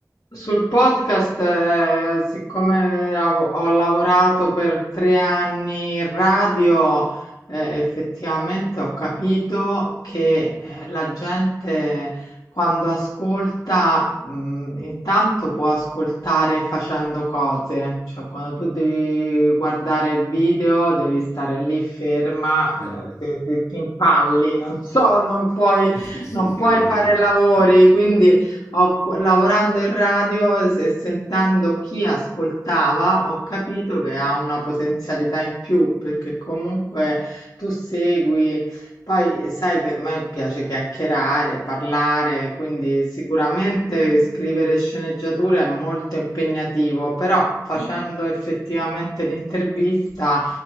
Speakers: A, on the left (about 65°); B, on the left (about 40°).
A: sul podcast, eh, siccome av- ho lavorato per tre anni in radio, eh, effettivamente ho capito che eh, la gente quando ascolta, mh, intanto può ascoltare facendo cose, cioè quando tu devi guardare il video devi stare lì ferma,
B: Vero.
A: cioè, ti, ti- ti impalli, non so, non puoi,
B: <laughs> Sì, sì,
A: non
B: sì,
A: puoi
B: è vero,
A: fare
B: vero.
A: lavori,
B: Mm.
A: quindi ho, lavorando in radio e se- sentendo chi ascoltava, ho capito che ha una potenzialità in più perché comunque tu segui. Poi sai che a me piace chiacchierare, parlare, quindi sicuramente scrivere sceneggiature è molto impegnativo, però facendo
B: Mm.
A: effettivamente l'intervista,